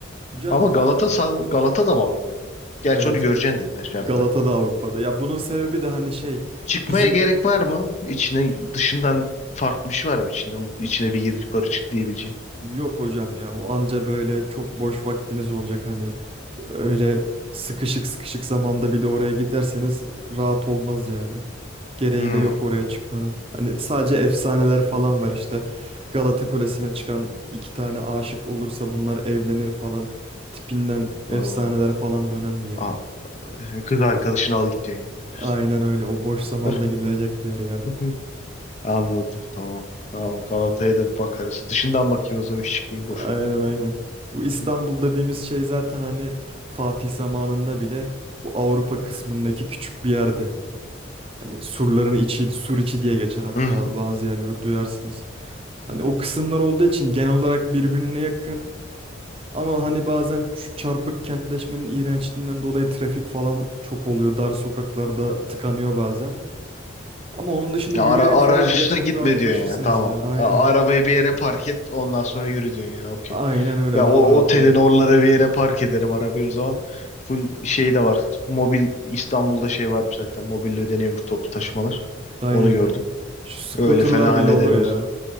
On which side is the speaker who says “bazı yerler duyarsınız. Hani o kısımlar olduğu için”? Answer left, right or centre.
Right